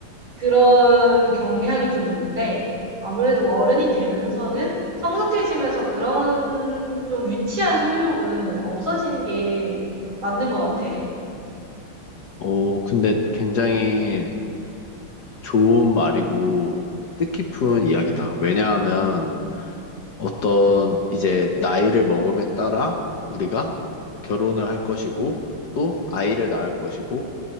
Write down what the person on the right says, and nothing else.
그런 경향이 좀 있는데 아무래도 어른이 되면서는 성숙해지면서 그런 좀 유치한 소유욕은 없어지는 게 맞는 것 같아.